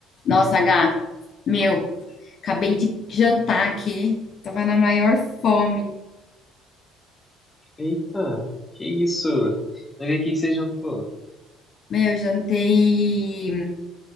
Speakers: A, on the left; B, on the left.
A: Nossa, H, meu, acabei de jantar aqui. Tava na maior fome.
B: Eita, que isso? Mas e o que que você jantou?
A: Meu, jantei